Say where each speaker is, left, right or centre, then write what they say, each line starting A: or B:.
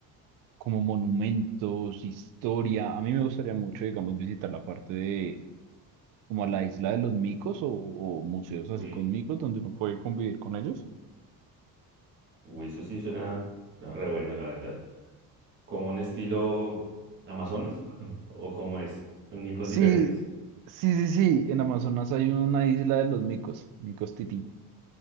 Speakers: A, on the right; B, on the right.
A: como monumentos, historia. A mí me gustaría mucho, digamos, visitar la parte de como la isla de los micos o, o museos
B: uy,
A: así con micos donde uno puede convivir con ellos.
B: uy, eso sí suena, suena re bueno, la verdad. ¿Como un estilo Amazonas? <laughs> ¿O cómo es? Son micos
A: Sí,
B: diferentes.
A: sí, sí, sí. En Amazonas hay una isla de los micos, micos tití.